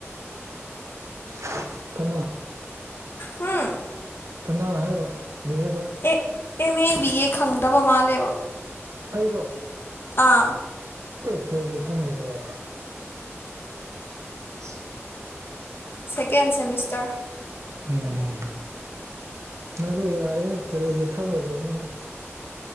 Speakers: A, on the right; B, on the left.
A: <unintelligible> ꯀꯅꯥ
B: ꯍꯨꯝ
A: ꯀꯅꯥ ꯍꯥꯏꯕ ꯑꯗꯨ ꯍꯥꯏꯕ
B: A M A B A ꯈꯪꯗꯕ ꯃꯥꯜꯂꯦꯕ
A: ꯑꯩꯔꯣ
B: ꯑꯥ
A: ꯑꯦ ꯀꯩꯑꯤ ꯈꯪꯒꯗꯔ <inaudible>
B: ꯁꯦꯀꯦꯟ ꯁꯦꯃꯤꯁꯇꯔ
A: ꯎꯝ ꯅꯪꯗꯣ ꯌꯥꯔꯗꯤ ꯇꯧꯒꯦ <unintelligible>